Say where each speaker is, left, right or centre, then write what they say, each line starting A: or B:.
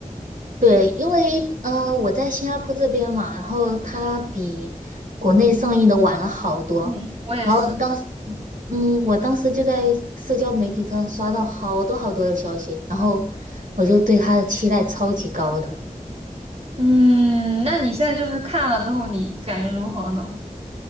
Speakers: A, on the right; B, on the right.
A: 对，因为呃，我在新加坡这边嘛，然后它比国内上映的晚了好多。
B: 嗯嗯，我也是。
A: 然后当时，嗯，我当时就在社交媒体上刷到好多好多的消息，然后我就对它的期待超级高的。
B: 嗯，那你现在就是看了之后，你感觉如何呢？